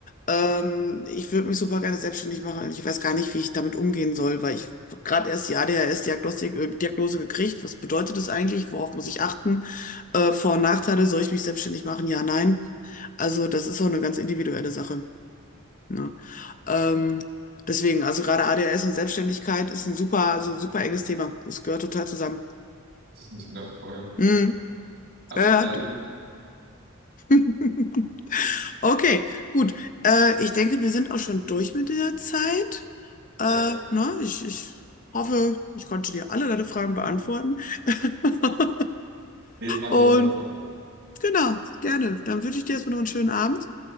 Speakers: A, on the left; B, on the right.
A: Ähm, ich würde mich super gerne selbstständig machen. Ich weiß gar nicht, wie ich damit umgehen soll, weil ich gerade erst die ADHS-Diagnostik, äh, Diagnose gekriegt. Was bedeutet das eigentlich? Worauf muss ich achten? Äh, Vor- und Nachteile, soll ich mich selbstständig machen? Ja, nein. Also das ist so eine ganz individuelle Sache. Ne? Ähm, deswegen, also gerade ADHS und Selbstständigkeit ist ein super, also super enges Thema. Das gehört total zusammen.
B: ich nicht gedacht vorher.
A: Hm,
B: Krass,
A: ja,
B: lerne. ich.
A: ja. <laughs> Okay, gut. Äh, ich denke, wir sind auch schon durch mit der Zeit. Äh,
B: Ja,
A: ne? Ich, ich hoffe, ich konnte dir alle deine Fragen beantworten. <laughs>
B: nee, es war
A: Und
B: sehr interessant.
A: genau, gerne. Dann wünsche ich dir erstmal noch einen schönen Abend.